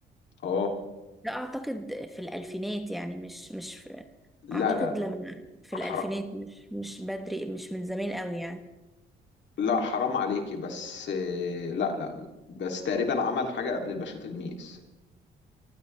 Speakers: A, on the left; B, in the centre.
A: اه
B: ده اعتقد في الالفينات يعني مش مش في
A: لا
B: اعتقد
A: لا لا
B: لما في
A: حرام
B: الالفينات مش مش بدري مش من زمان قوي يعني
A: لا حرام عليكي بس آه، لا لا بس تقريبا عمل حاجة قبل الباشا تلميذ